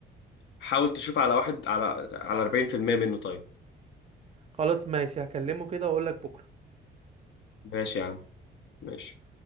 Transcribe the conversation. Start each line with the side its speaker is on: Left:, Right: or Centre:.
Left: حاول تشوف على واحد على على 40% منه طيب
Right: خلاص ماشي هكلمه كده واقول لك بكره
Left: ماشي يا عم ماشي